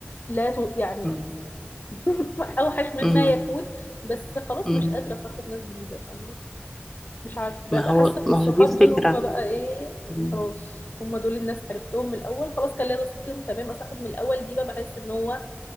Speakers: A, on the left (about 45°); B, in the centre.
A: لا ت- يعني
B: مم.
A: <laughs> اوحش مما
B: مم.
A: يكون بس خلاص
B: مم.
A: مش قادره اصاحب ناس جديده فاهمه مش عارفه ببقى
B: ما هو
A: حاسه
B: ما
A: ان الصحاب
B: هو دي الفكرة
A: دول هم بقى ايه
B: مم.
A: خلاص هم دول الناس عرفتهم من الاول خلاص كان ليا نصيب فيهم تمام اصاحب من الاول دي بقى بحس ان هو